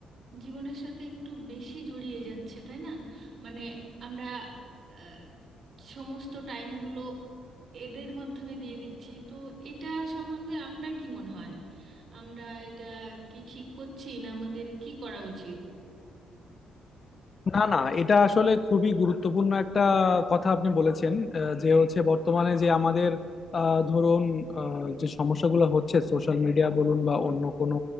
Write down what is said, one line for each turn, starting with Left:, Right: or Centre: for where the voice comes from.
Right: জীবনের সাথে একটু বেশি জড়িয়ে যাচ্ছে তাই না মানে আমরা আহ, সমস্ত টাইমগুলো এদের মাধ্যমে দিয়ে দিচ্ছি তো এটা সম্বন্ধে আপনার কি মনে হয় আমরা এটা কি ঠিক করছি না আমাদের কি করা উচিত
Left: না না এটা আসলে খুবই গুরুত্বপূর্ণ একটা কথা আপনি বলেছেন আহ, যে হচ্ছে বর্তমানে যে আমাদের আহ, ধরুন আহ, যে সমস্যাগুলো হচ্ছে সোশ্যাল মিডিয়া বলুন বা অন্য কোনো